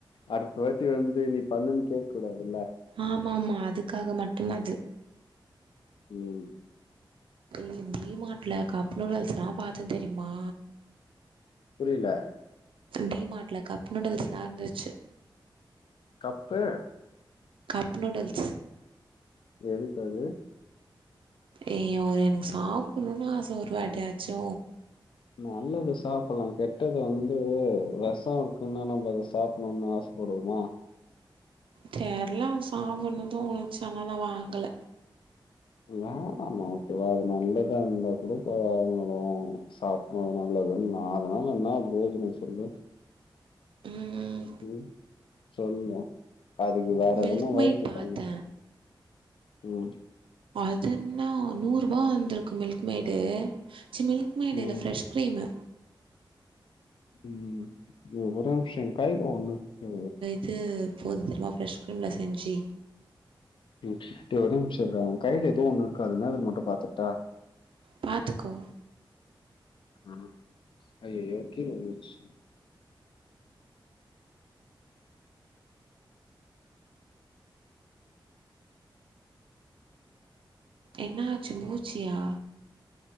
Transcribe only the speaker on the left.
அடுத்த வாட்டி வந்து நீ பண்ணுனு கேக் கூடாதுல்ல
ம்
புரியல
கப்பு
எதுக்கது
நல்லது சாப்ட்லா கெட்டது வந்து வெசோ இருக்குன்னா நம்ம அத சாப்ணுனு ஆச படுவோமா
வேணாமா ஓகேவா அது நல்லதா இந்தா கூட போய் வாங்கலா சாப் னா நல்லதுன்னா அதனால என்ன பிரோஜனோ சொல்லு
ம் சொல்லு அதுக்கு வேற
எதன்னா வய்த்துக்கன்
ம்
ம்.
ம் ஒரு நிம்ஷோ எ கைல ஒன்னிர்க்கு
ம் டே ஒரே நிம்ஷோ இர்டா எ கைல எதோ ஒன்னு இருக்கு அது என்னதுனு மட்டு பாத்துர்டா
ம் அய்யய்யோ கீழ விந்துர்ச்சு